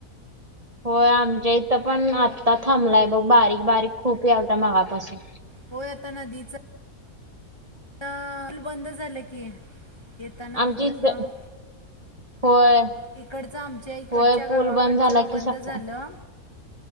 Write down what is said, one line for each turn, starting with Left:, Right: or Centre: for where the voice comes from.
Right: होय आमच्या इथं पण आत्ता थांबलाय बघ बारीक बारीक खूप यालता मगापासून.
Left: होय आता नदीच आताल बंद झालं की येताना
Right: आमची
Left: बघितलं.
Right: इथ होय
Left: इकडचं आमच्या इकडच्या
Right: होय
Left: गावाकडचं
Right: पूल बंद झाला
Left: बंद
Right: की सका
Left: झालं.